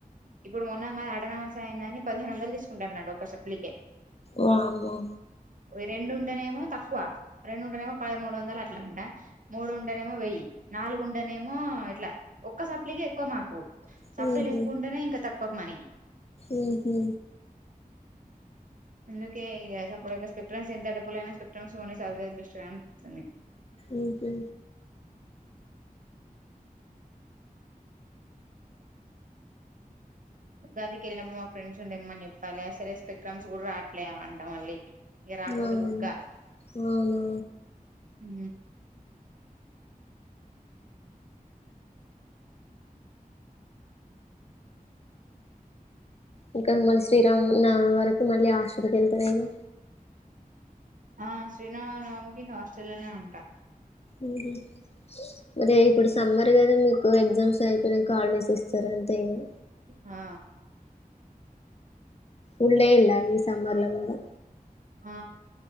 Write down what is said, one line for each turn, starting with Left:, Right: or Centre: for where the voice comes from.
Right: ఇప్పుడు కొన్న మన అడనా యని పదిహేను వందలు తీసుకుంటారు అన్నాడు ఒక సప్లికె
Left: వామ్మో
Right: రెండుండనేమో తక్కువ రెండుండనేమో పదమూడు వందలు అట్లా అంట మూడుండనేమో వెయ్యి నాలుగుండనేమో ఇట్లా ఒక్క సప్లికి ఎక్కువ మాకు
Left: ఉహు
Right: సప్లీ ఎక్కువ ఉంటేనే ఇంకా తక్కువ మనీ
Left: ఉహు
Right: అందుకే ఇక సపో్ స్పెక్ట్రమ్స్ ఎంత డబ్బులైయినా స్పెక్ట్రమ్స్ కొన్ని చదువుడు బెస్ట్ కదా అనిపిస్తుంది,
Left: ఉహు
Right: ఉగాది కి వెళ్ళినప్పుడు మా ఫ్రెండ్స్ని తెమన్ని చెప్పాలి, అసలే స్పెక్ట్రామ్స్ కూడా రాట్లే అంటం మళ్ళీ ఇగా రాకపోతే
Left: అవును
Right: బుగ్గ
Left: అవునా
Right: హు
Left: ఇంకా మళ్ళీ శ్రీరామ్ నవమి వరకు మళ్ళీ హాస్టల్ కి వెళ్తా నేను
Right: ఆ శ్రీరామనవమి కి హాస్టల్నే ఉంటా
Left: ఉహు మరి ఇప్పుడు సమ్మర్ కదా మీకు ఎగ్జామ్స్ అయిపోయినాకా హాలిడేస్ ఇస్తారు అంతే ఇక
Right: ఆ
Left: ఊళ్లే ఇల్ ఈ సమ్మర్ల ఉ కూడా
Right: ఆ